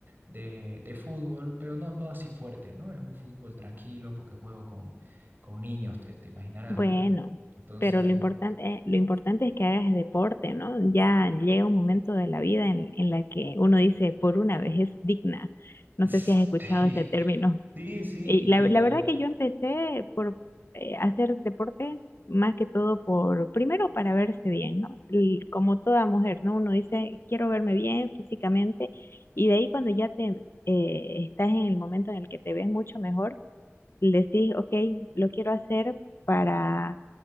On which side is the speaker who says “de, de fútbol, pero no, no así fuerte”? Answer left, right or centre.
Right